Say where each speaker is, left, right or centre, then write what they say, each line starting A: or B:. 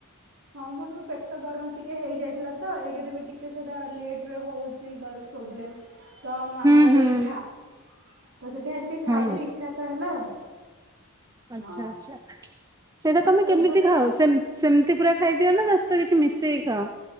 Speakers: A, on the right; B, on the right.
A: ହଁ ମୋର ପେଟ ଗରମ ଟିକେ ହେଇଯାଇଥିଲା ତ ଏକରେ ବି ଟିକେ ସେଇଟା ଲେଟରେ ହଉଛି ଗାର୍ଲସ୍ ପ୍ରୋବ୍ଲେମ ତ ମାମା
B: ହୁଁ
A: କହିଲା
B: ହୁଁ
A: କି ଖା। ତ ସେଥିପାଇଁ ଆଜି ଟିକେ
B: ହଁ
A: ଖାଇଦେଲି ଇଚ୍ଛା ତ ହେଲା ଆଉ।
B: ଆଚ୍ଛା
A: ହଁ।
B: ଆଚ୍ଛା ସେଁ ସେଇଟା ତମେ
A: ଆଉ
B: କେମିତି
A: ତାଙ୍କ
B: ଖାଅ? ସେମ୍-ସେମିତି ପୁରା ଖାଇଦିଅ ନା ତା ସ ହିତ କିଛି ମିଶେଇ ଖାଅ?